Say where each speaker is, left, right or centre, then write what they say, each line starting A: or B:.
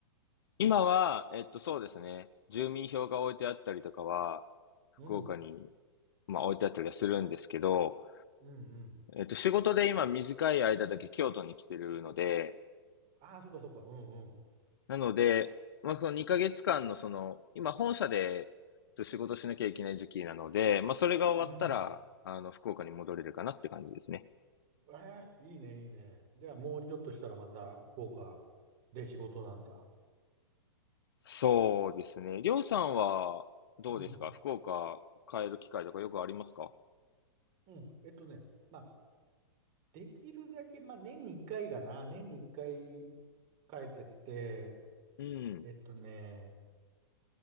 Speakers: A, on the left; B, on the right.
A: 今は、えっと、そうですね。住民票が置いてあったりとかは、福岡に、
B: うん。
A: まあ、置いてあったりはするんですけど、
B: うんうん。
A: えっと、仕事で今短い間だけ京都に来てるので、
B: ああ、そっかそっか。うんうん。
A: なので、まあ、その2ヶ月間のその、今本社でえっと仕事しなきゃいけない時期なので、まあ、それが終わったら、
B: うん。
A: あの、福岡に戻れるかなって感じですね。
B: ええ、いいね、いいね。じゃあもうちょっとしたらまた福岡で仕事なんだ。
A: そうですね。りょうさんはどうですか福岡帰る機会とかよくありますか
B: うん。うん。えっとね、まあ、できるだけ、まあ、年に一回がな、年に一回帰ってって、
A: うん。
B: えっとね、